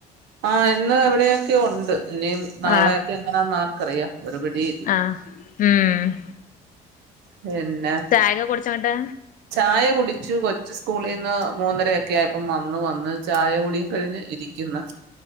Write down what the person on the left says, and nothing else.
ആ
ആഹ് ഉം
ചായൊക്കെ കുടിച്ചോണ്ടാ